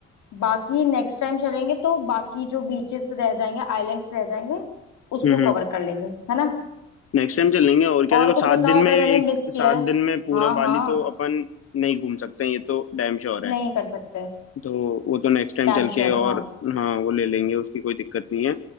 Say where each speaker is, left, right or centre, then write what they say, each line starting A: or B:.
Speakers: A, on the left; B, on the left.
A: बाकी नेक्स्ट टाइम चलेंगे तो बाकी जो बीचेस रह जाएंगे आइलैंड्स रह जाएंगे उसको
B: हम्म
A: कवर कर लेंगे है ना
B: नेक्स्ट टाइम चलेंगे और क्या
A: और
B: देखो सात
A: कुछ बताओ
B: दिन में
A: अगर
B: एक
A: मैंने मिस
B: सात
A: किया है
B: दिन में पूरा
A: हाँ
B: बाली
A: हाँ
B: तो अपन नहीं घूम सकते हैं ये तो डैम श्योर है
A: नहीं कर सकते
B: तो वो तो नेक्स्ट टाइम
A: डैम
B: चल
A: श्योर
B: के और
A: है हाँ
B: हाँ वो ले लेंगे उसकी कोई दिक्कत नहीं है